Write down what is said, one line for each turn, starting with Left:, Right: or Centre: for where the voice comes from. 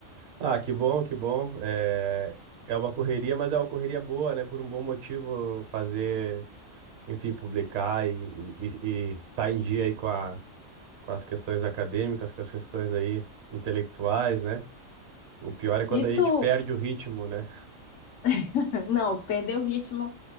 Right: Ah, que bom, que bom. É, é uma correria, mas é uma correria boa, né? Por um bom motivo fazer, enfim, publicar e estar em dia aí com a com as questões acadêmicas, com as questões aí intelectuais, né? O pior é quando
Left: E
Right: a gente
Left: tu?
Right: perde o ritmo, né?
Left: <laughs> Não, perder o ritmo